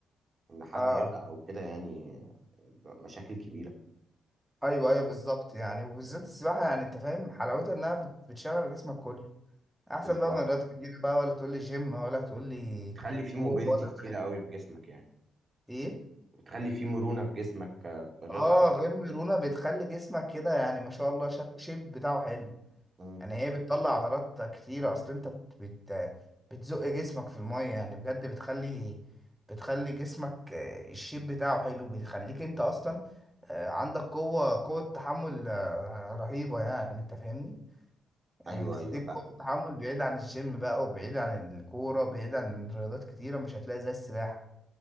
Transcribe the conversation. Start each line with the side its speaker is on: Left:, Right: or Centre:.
Right: إن حد
Centre: اه
Right: يغرق أو كده يعني ب- مشاكل كبيرة
Centre: ايوه ايوه بالظبط يعني وبالذات السباحه يعني انت فاهم حلاوتها انها بت- بتشغل جسمك كله احسن
Right: بالظبط
Centre: بقى من رياضات كتير بقى ولا تقول لي جيم ولا تقول لي
Right: بتخلي في
Centre: كوره
Right: موبيليتي
Centre: ولا
Right: كتيرة
Centre: حاجه
Right: قوي في جسمك يعني
Centre: ايه
Right: وبتخلي في مرونة في جسمك آه، غير
Centre: اه
Right: طبيعية
Centre: غير ميرونه بتخلي جسمك كده يعني ما شاء الله شك... شيب بتاعه حلو
Right: مم.
Centre: يعني هي بتطلع عضلات كتيرة اصل انت بت... بت... بتزق جسمك في المية يعني بجد بتخلي بتخلي جسمك آه، الشيب بتاعه حلو بيخليك انت اصلا آه، عندك قوة قوة تحمل آه، رهيبة يعني انت فاهمني يعني
Right: أيوه
Centre: بتديك
Right: أيوه
Centre: قوة تحمل بعيد عن الجيم بقى وبعيد عن الكورة بعيد عن رياضات كتيرة مش هتلاقي زي السباحة